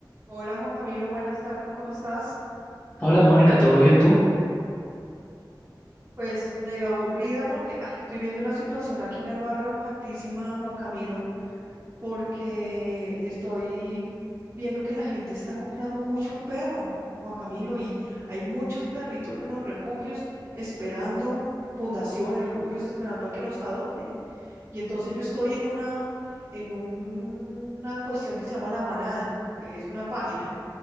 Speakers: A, on the right; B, on the left.
A: Hola Juan Camilo, buenas tardes, ¿cómo estás?
B: Hola Mónica, ¿todo bien tú?
A: Pues medio aburrida porque ay, estoy viendo una situación aquí en el barrio hartísima, Juan Camilo, porque estoy viendo que la gente está comprando mucho perro, Juan Camilo, y hay muchos perritos en los refugios esperando, fundaciones, refugios esperando a que los adopten. Y entonces yo estoy en una, en una cuestión que se llama La Manada, que es una página